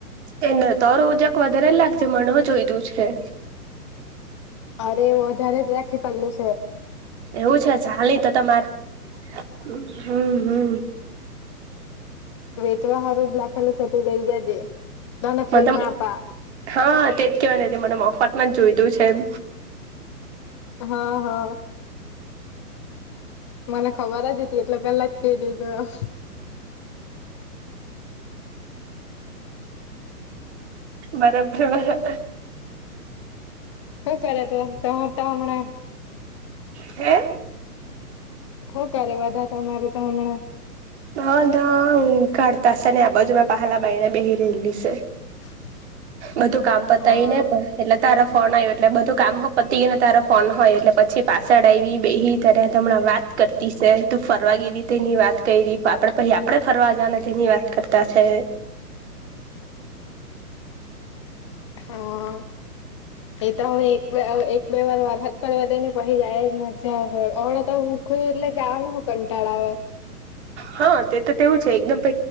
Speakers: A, on the right; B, on the left.
A: એને તારો જક વધારે જ લાખજે મને હો જોઈ તું છે
B: અરે વધારે જ રાખી પડલું છે.
A: એવું છે ચાલ ન તો તો માર હમ હમ
B: વેચવા હારું જ લાખેલું છે તું લઈ જજે તને ફ્રીમાં
A: મને તમ
B: આપા
A: હા તેજ કેવાની હતી મને મફત માં જ જોઈતું છે એમ
B: હા હા મને ખબર જ હતી એટલે પેલા જ કેય દીધું
A: બરાબર બરાબર.
B: હું કરે તો તો હમણાં
A: હે
B: હું કરે બધા તમારે તા હમણાં
A: હ નાા ઊંઘ કાડતાશે ને આ બાજુમાં પાહલા બાાઈને બેહી રેયલી સે
B: <inaudible>
A: બધું કામ પતાયને
B: હા
A: પણ એટલે તારા ફોન આયવો એટલે બધું કામ હો પતી ગીય ને તારા ફોન હો આયવો એટલે પછી પાસ તડ આવી બેયહી તારે હાટે હમણાં વાત કરતી સે તું ફરવા ગેલી તેની વાત કયરી આપડે પછી આપડે ફરવા જના તેની વાત કરતા છે.
B: <inaudible> હા એ તો હવે એક એક બે વાર વારહદ પણ વધે ને પહી જાય મજા આવે ઓડતા હુંખું એટલે જવાનું હું કંટાળા આવે
A: હા તે તો તેવું છે એકદમ પ